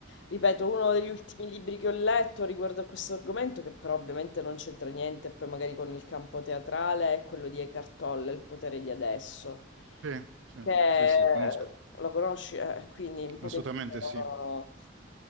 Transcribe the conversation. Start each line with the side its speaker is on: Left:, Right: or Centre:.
Left: ripeto, uno degli ultimi libri che ho letto riguardo a questo argomento, che però ovviamente non c'entra niente, poi magari con il campo teatrale, è quello di Eckhart Tolle, Il potere di adesso,
Right: Sì, sì,
Left: che
Right: sì, sì, conosco.
Left: lo conosci, eh, quindi un pochettino...
Right: Assolutamente sì.